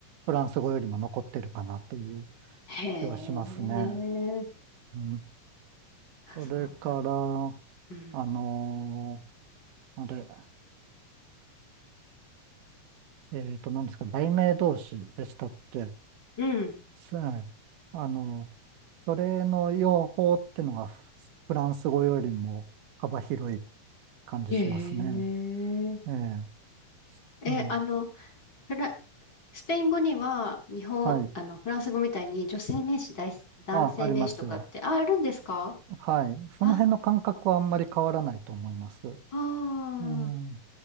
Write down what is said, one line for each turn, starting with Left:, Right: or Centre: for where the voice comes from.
Right: フランス語よりも残ってるかなという
Left: へえ。
Right: 気はしますね。うん。
Left: あ、
Right: それから、
Left: そうなん。うん。
Right: あのーあれ、えっと、何ですか、題名同士でしたって、
Left: うん。
Right: すあのそれの用法ってのがフフランス語よりも幅広い感じしますね。
Left: へえ。
Right: ええ、
Left: え、
Right: うん。
Left: あの、フラ、スペイン語には、日本、
Right: はい。
Left: あの、フランス語みたいに女性名詞、大男性名詞とかって、
Right: あ、ありますよ。
Left: あ、あるんですか
Right: はい。その辺の感覚はあんまり変わらないと思います。
Left: あ、ああ。
Right: うん。